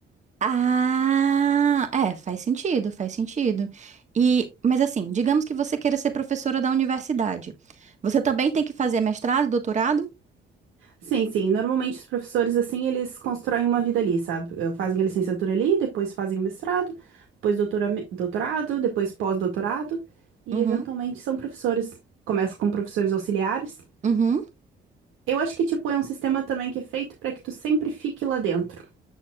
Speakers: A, on the right; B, on the right.
A: Ah, é, faz sentido, faz sentido. E, mas assim, digamos que você queira ser professora da universidade. Você também tem que fazer mestrado, doutorado?
B: Sim, sim. Normalmente os professores, assim, eles constroem uma vida ali, sabe? Eh, Fazem a licenciatura ali, depois fazem o mestrado, depois doutora- doutorado, depois pós-doutorado, e
A: Uhum,
B: eventualmente são professores. Começa com professores auxiliares.
A: uhum.
B: Eu acho que, tipo, é um sistema também que é feito para que tu sempre fique lá dentro,